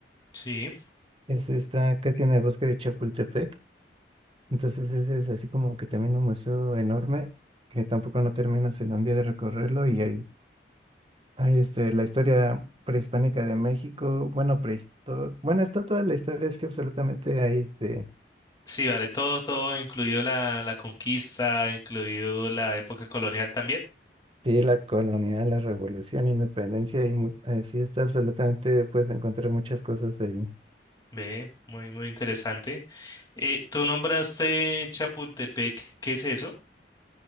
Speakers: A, on the left; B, on the right.
A: sí.
B: Es, está casi en el bosque de Chapultepec, entonces ese es así como que también un museo enorme, que tampoco no terminas en un día de recorrerlo, y hay, hay este, la historia prehispánica de México, bueno, prehisto- bueno, está toda la historia, es que absolutamente ahí, este,
A: Sí, vale, todo, todo, incluido la, la conquista, incluido la época colonial también.
B: sí, la colonia, la revolución, independencia, y mu- eh, sí, está absolutamente, puedes encontrar muchas cosas ahí.
A: Ve, muy, muy interesante. Eh, tú nombraste Chapultepec, ¿qué es eso?